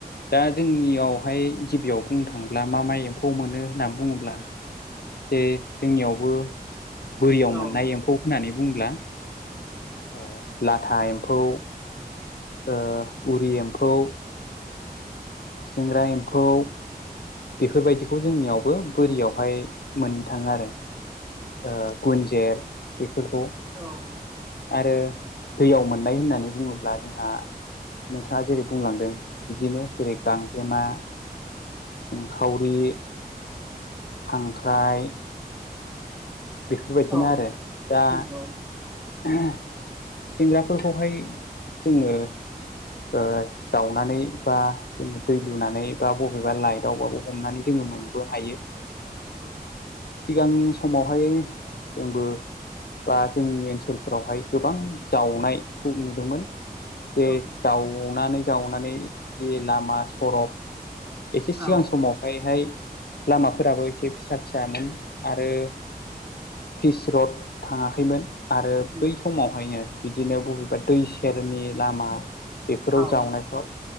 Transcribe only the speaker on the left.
दा जोंनियावहाय गिबियाव बुंनो थाङोब्ला मा मा एम्फौ मोनो होननानै बुङोब्ला जे जोंनियावबो बोरियाव
मोननाय एम्फौ होननानै बुंब्ला ओ लाथा एम्फौ। ओ उरि एम्फौ खुसिंग्रा एम्फौ। बेफोरबायदिखौ जोंनियावबो बोरियावहाय मोननो थाङो आरो ओ गुनजेर बेफोरखौ
आरो दैयाव मोननाय होननानै बुङोब्ला जोंहा नोंथाङा जेरै बुंलांदों बिदिनो जेरै गांजेमा, सिंखावरि। खांख्राइ, बिफोरबायदिनो
आरो दा
खुंसेंग्राफोरखौहाय जोङो ओ जावनानै बा जोङो दै लुनानै बा बबेबा लाइटआवबाबो हमनानै जोङो मोनबो हायो।
सिगां समावहाय जोंबो बा जोंनि ओनसोलफोरावहाय गोबां जावनायखौ नुदोंमोन। जे
जावनानै जावनानै जि लामा सरब एसे सिगां
समावहाय हाय लामाफोराबो एसे फिसा फिसामोन आरो फिस रड थाङाखैमोन आरो
बै समावहायनो बिदिनो बबेबा दै सेरनि लामा बेफोराव
जावनायफ्राव